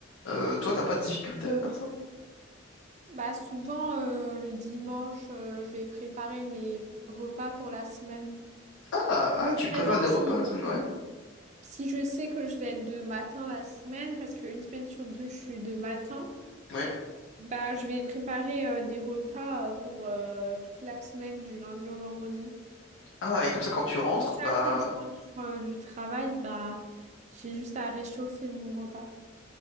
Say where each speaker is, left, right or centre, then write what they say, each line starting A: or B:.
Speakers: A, on the left; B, on the right.
A: euh, toi, t'as pas de difficulté à faire ça?
B: Bah souvent euh, le dimanche, euh, je vais préparer mes repas pour la semaine.
A: Ah, ah, tu prépares
B: Par exemple,
A: des repas
B: si,
A: la semaine, ouais.
B: si je sais que je vais être de matin la semaine, parce qu'une semaine sur deux, je suis de matin,
A: Ouais.
B: bah je vais préparer euh, des repas euh, pour euh, toute la semaine, du lundi au vendredi.
A: Ah, et comme ça, quand tu rentres,
B: Comme ça,
A: bah,
B: quand je rentre euh, du travail, bah j'ai juste à réchauffer mon repas.